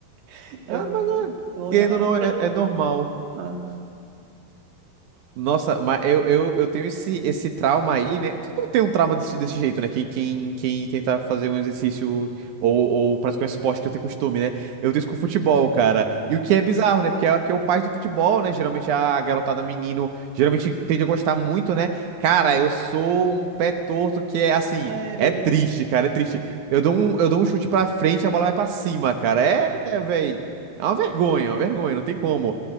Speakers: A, on the right; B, on the right.
A: <laughs> Aí
B: Ah,
A: eu fiquei
B: mas
A: com
B: é,
A: vergonha,
B: querendo
A: mas
B: ou não, é, é normal.
A: ah,
B: Nossa, mas eu, eu, eu tenho esse, esse trauma aí, né? Todo mundo tem um trauma desse, desse jeito, né? Quem, quem, quem tenta fazer um exercício ou, ou praticar um esporte que eu tenho costume, né? Eu tenho isso com o futebol, cara. E o que é bizarro, né? Porque aqui é o pai do futebol, né? Geralmente a garotada menino, geralmente tende a gostar muito, né? Cara, eu sou um pé torto que é assim,
A: sério.
B: é triste, cara, é triste. Eu dou um, eu dou um chute pra frente e a bola vai pra cima, cara. É, velho. É uma vergonha, é uma vergonha, não tem como.